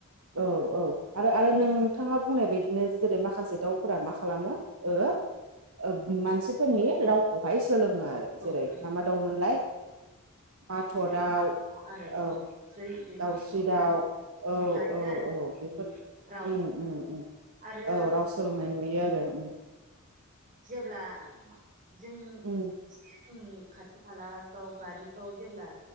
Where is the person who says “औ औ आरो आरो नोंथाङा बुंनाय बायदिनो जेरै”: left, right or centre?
Right